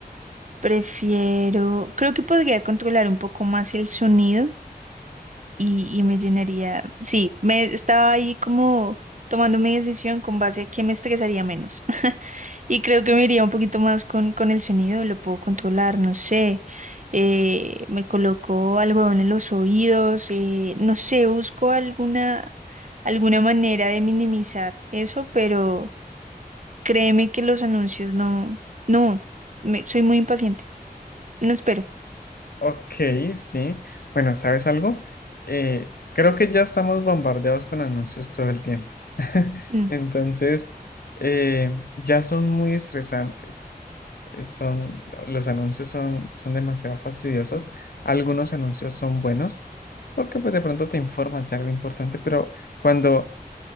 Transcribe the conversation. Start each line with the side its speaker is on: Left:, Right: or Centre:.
Right: Prefiero, creo que podría controlar un poco más el sonido y, y me llenaría, sí, me estaba ahí como tomando mi decisión con base a que me estresaría menos. <laughs> Y creo que me iría un poquito más con, con el sonido, lo puedo controlar, no sé, eh, me coloco algodón en los oídos, eh, no sé, busco alguna, alguna manera de minimizar eso, pero créeme que los anuncios no, no, me- soy muy impaciente, no espero.
Left: Ok, sí. Bueno, ¿sabes algo? Eh, creo que ya estamos bombardeados con anuncios todo el tiempo. <laughs>
Right: Mm.
Left: Entonces, eh, ya son muy estresantes. Son, los anuncios son, son demasiado fastidiosos. Algunos anuncios son buenos porque pues de pronto te informas de algo importante, pero cuando